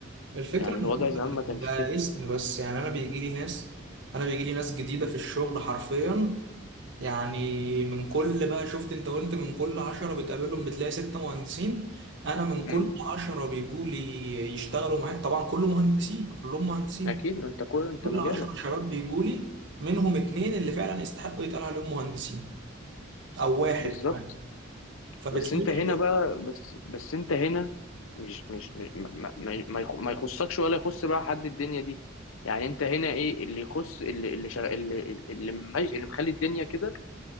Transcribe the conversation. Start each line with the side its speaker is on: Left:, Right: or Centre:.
Right: الفكرة
Left: يعني
Right: ان
Left: الوضع
Right: هو بقى
Left: زمان ما كانش
Right: بقى
Left: كده
Right: اسم بس يعني انا بيجي لي ناس انا بيجي لي ناس جديدة في الشغل حرفيا يعني من كل بقى شفت انت قلت من كل عشرة بتقابلهم بتلاقي ستة مهندسين انا من كل
Left: امم
Right: عشرة بيجوا لي يشتغلوا معايا طبعا كله مهندسين كلهم مهندسين
Left: أكيد ما أنت كل أنت
Right: كل
Left: مجالك
Right: عشرة شباب بيجوا لي منهم اتنين اللي فعلا يستحقوا يتقال عليهم مهندسين او واحد
Left: بالظبط
Right: كمان فبتلاقي
Left: بس انت هنا بقى بس بس انت هنا مش مش م- ما, ما, ما يخ- ما يخصكش ولا يخص بقى حد الدنيا دي يعني انت هنا ايه اللي يخص اللي اللي شغ... اللي اللي, مج... اللي مخلي الدنيا كده